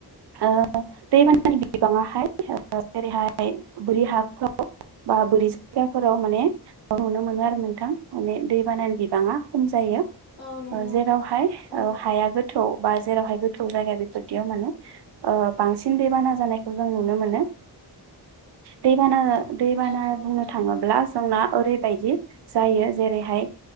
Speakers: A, on the right; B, on the left.
A: ओ
B: नंगौ
A: दैबानानि
B: नंगौ
A: बिबाङाहाय ओ जेरैहाय बोरि हाफ्राव बा बोरै जायगाफोराव माने नुनो मोनो आरो नोंथां माने दैबानानि बिबाङा खम जायो। ओ
B: औ नंगौ
A: जेरावहाय
B: औ
A: ओ हाया गोथौ बा जेरावहाय गोथौ जायगा बेफोरदियाव माने ओ बांसिन दैबाना जानायखौ जों नुनो मोनो दैबाना दैबाना
B: औ नंगौ
A: बुंनो
B: नोंथां
A: थाङोब्ला जोंना ओरैबायदि जायो जेरैहाय